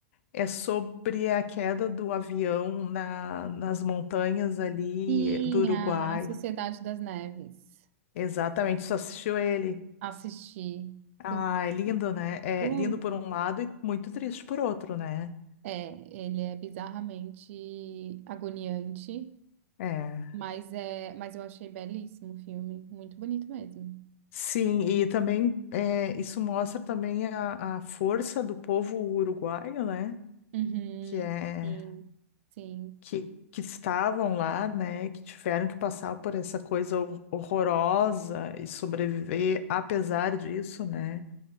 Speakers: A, on the left; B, on the right.
A: É sobre a queda do avião na- nas montanhas ali
B: sim,
A: do Uruguai.
B: a Sociedade das Neves.
A: Exatamente, só assistiu ele.
B: Assisti.
A: Ah,
B: Pu-
A: é lindo, né? É
B: Putz,
A: lindo por um lado e muito triste por outro, né?
B: é, ele é bizarramente agoniante,
A: É.
B: mas é, mas eu achei belíssimo o filme, muito bonito mesmo.
A: Sim, e também é, isso mostra também a, a força do povo uruguaio, né?
B: Uhum.
A: Que é
B: Sim, sim.
A: que, que estavam lá, né? Que tiveram que passar por essa coisa hor- horrorosa e sobreviver apesar disso, né?